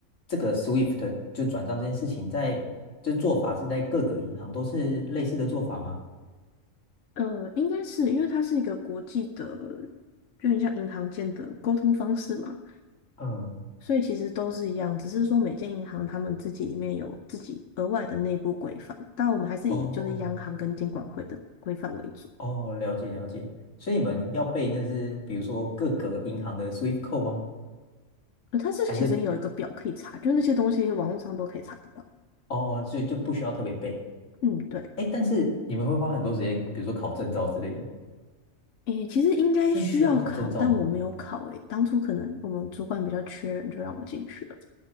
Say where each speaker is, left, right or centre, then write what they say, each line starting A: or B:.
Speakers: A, on the left; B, on the left.
A: 这个 SWIFT 就转账这件事情在，就做法是在各个银行都是类似的做法吗？
B: 呃，应该是因为它是一个国际的，就很像银行间的沟通方式嘛，
A: 嗯，
B: 所以其实都是一样，只是说每间银行他们自己里面有自己额外的内部规范，但我们还是以就是央行跟金管会的规范为主。
A: 哦，哦，了解了解，所以你们要背那是比如说各个银行的 SWIFT code 吗？
B: 呃，它是其实有一个表可以查，
A: 还是
B: 就是那些东西网络上都可以查得到。
A: 哦，所以就不需要特别背？
B: 嗯，对。
A: 诶，但是你们会花很多时间，比如说考证照之类的。
B: 诶，其实应该需要考，
A: 这是需要考证照吗？
B: 但我没有考诶。当初可能我们主管比较缺人，就让我进去了。